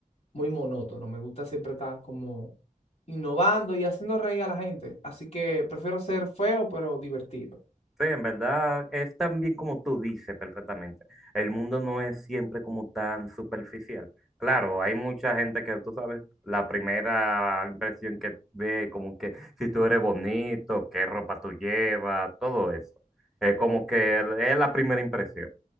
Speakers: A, on the left; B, in the centre.
A: muy monótono. Me gusta siempre estar como innovando y haciendo reír a la gente. Así que prefiero ser feo, pero divertido.
B: Sí, en verdad es también como tú dices perfectamente. El mundo no es siempre como tan superficial. Claro, hay mucha gente que tú sabes, la primera impresión que ve, como que si tú eres bonito, qué ropa tú llevas, todo eso. Es como que es la primera impresión.